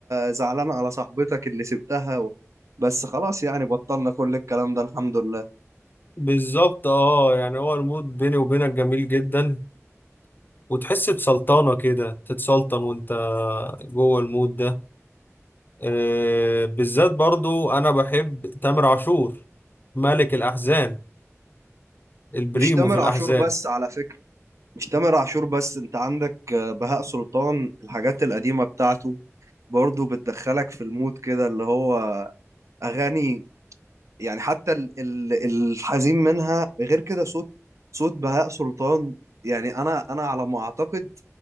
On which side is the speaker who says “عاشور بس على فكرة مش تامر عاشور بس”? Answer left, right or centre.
Right